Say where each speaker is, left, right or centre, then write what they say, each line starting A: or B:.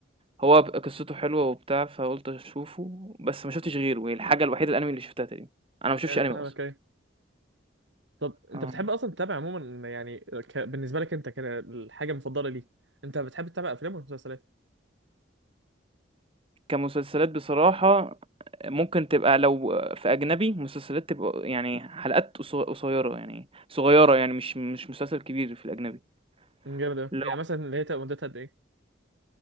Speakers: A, on the right (about 30°); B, on the right (about 85°).
A: هو ب قصته حلوة وبتاع، فقُلت أشوفه، بس ما شُفتش غيره، هي الحاجة الوحيدة الأنمي اللي شُفتها تقريبًا، أنا ما باشوفش
B: يعني
A: أنمي
B: فاهمك
A: أصلًا.
B: ايه طب انت
A: آه.
B: بتحب اصلا تتابع عموما يعني ك... بالنسبه لك انت كده الحاجه المفضله ليك انت بتحب تتابع افلام ولا مسلسلات
A: كمسلسلات بصراحة ممكن تبقى لو في أجنبي مسلسلات تبقى يعني حلقات قص- قصيرة يعني صغيرة يعني مش مش مسلسل كبير في الأجنبي
B: جامد أوي.
A: لو
B: يعني مثلا اللي هي تبقى مدتها قد ايه